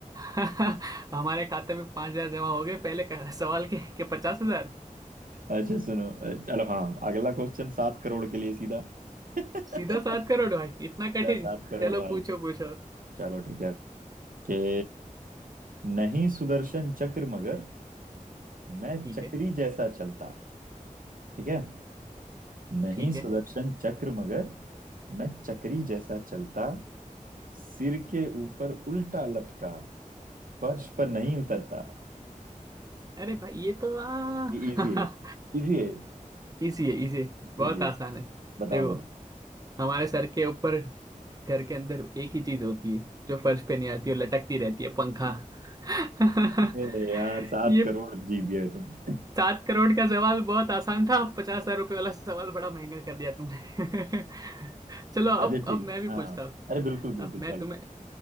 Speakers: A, on the right (about 25°); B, on the right (about 80°).
A: <laughs> हमारे खाते में पांच हजार जमा हो गए पहले का सवाल के, के पचास हजार
B: अच्छा सुनो चलो हाँ अगला क्वेश्चन सात करोड़ के लिए सीधा <laughs> सीधा
A: सीधा सात करोड़ भाई इतना कठिन
B: सात करोड़
A: चलो
B: भाई
A: पूछो पूछो
B: चलो ठीक है कि नहीं सुदर्शन चक्र मगर मैं
A: ठीक
B: चक्री
A: है
B: जैसा चलता ठीक है नहीं
A: ठीक
B: सुदर्शन
A: है
B: चक्र मगर मैं चक्री जैसा चलता सिर के ऊपर उल्टा लटका फर्श पर नहीं उतरता
A: अरे भाई ये तो आ,
B: ये इजी
A: <laughs>
B: है इजी है
A: इसी है इसी है।
B: इजी
A: बहुत
B: है
A: आसान है
B: बताओ
A: देखो
B: बताओ
A: हमारे सर के ऊपर घर के अंदर एक ही चीज होती है जो फर्श पे नहीं आती और लटकती रहती है पंखा <laughs>
B: <laughs> ए यार सात
A: ये
B: करोड़ जीत गए तुम <laughs>
A: सात करोड़ का सवाल बहुत आसान था पचास हजार रुपये वाला सवाल बड़ा महंगा कर दिया तुमने <laughs> चलो
B: अच्छा
A: अब
B: ठीक
A: अब मैं भी
B: है, हाँ
A: पूछता हूँ
B: अरे बिल्कुल बिल्कुल
A: अब मैं
B: चलो
A: तुम्हें